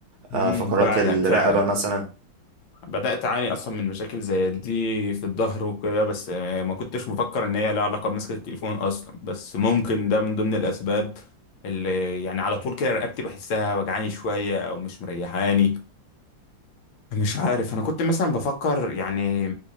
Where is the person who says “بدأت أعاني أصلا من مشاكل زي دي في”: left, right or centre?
Left